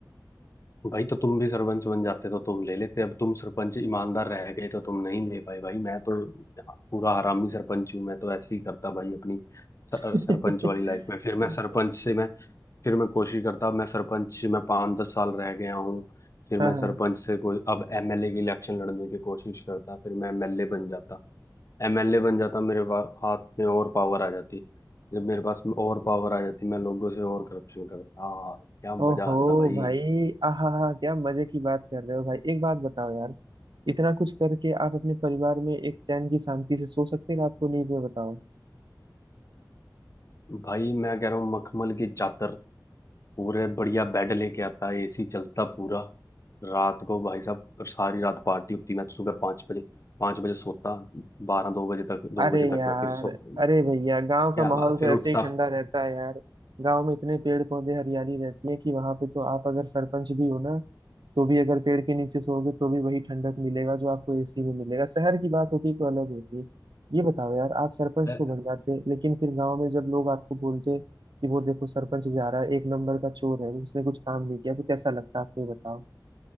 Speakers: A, on the left; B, on the right.
A: भाई तो तुम भी सरपंच बन जाते तो तुम ले लेते अब तुम सरपंच ईमानदार रह गए तो तुम नहीं ले पाए भाई मैं तो पूरा हरामी सरपंच हूँ मैं तो ऐसे ही करता भाई अपनी सर,
B: <laughs>
A: सरपंच वाली लाइफ में फिर मैं सरपंच से मैं फिर मैं कोशिश करता मैं सरपंच मैं पाँच दस साल रह गया हूँ फिर
B: हाँ
A: मैं
B: हाँ
A: सरपंच से कोई अब एमएलए के इलेक्शन लड़ने की कोशिश करता फिर मैं एमएलए बन जाता एमएलए बन जाता मेरे बा- हाथ में और पावर आ जाती जब मेरे पास में और पावर आ जाती मैं लोगों से और करप्शन करता हाँ क्या मजा
B: ओहो
A: आता भाई
B: भाई आहा हा क्या मजे की बात कर रहे हो भाई एक बात बताओ यार इतना कुछ करके आप अपने परिवार में एक चैन की शांति से सो सकते हैं रात को नींद में बताओ
A: भाई मैं कह रहा हूँ मखमल की चादर पूरे बढ़िया बेड लेके आता एसी चलता पूरा रात को भाई साहब सारी रात पार्टी होती मैं तो सुबह पाँच बजे पाँच बजे सोता बारह दो बजे तक दो
B: अरे
A: बजे तक
B: यार
A: मैं फिर सो
B: अरे भैया गांव
A: क्या
B: का माहौल
A: बात
B: तो
A: फिर
B: ऐसे
A: उठता
B: ही ठंडा रहता है यार गांव में इतने पेड़ पौधे हरियाली रहती है कि वहां पे तो आप अगर सरपंच भी हो ना तो भी अगर पेड़ के नीचे सोओगे तो भी वही ठंडक मिलेगा जो आपको एसी में मिलेगा शहर की बात होती तो अलग होती ये बताओ यार आप सरपंच
A: फिर
B: तो बन जाते लेकिन फिर गांव में जब लोग आपको बोलते कि वो देखो सरपंच जा रहा है एक नंबर का चोर है उसने कुछ काम नहीं किया तो कैसा लगता है आप ये बताओ